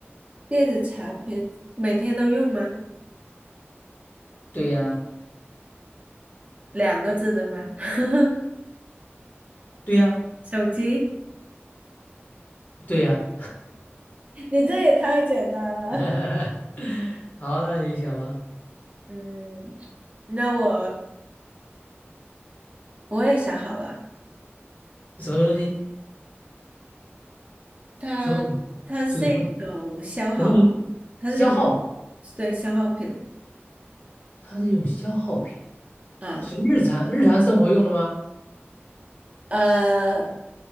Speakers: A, on the right; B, on the left.
A: 电子产品每天都用吗？
B: 对呀，
A: 两个字的吗？<laughs>
B: 对呀，
A: 手机？
B: 对呀。
A: 你这也太简单了。
B: <laughs> 好，那你想吧，
A: 嗯，那我我也想好了，
B: 什么东西？
A: 它它是一种消耗，
B: 什么主什么什么主？
A: 它是这种
B: 消耗，
A: 对消耗品
B: 它是一种消耗品，
A: 啊，
B: 是日常日常生活用的吗？
A: 呃，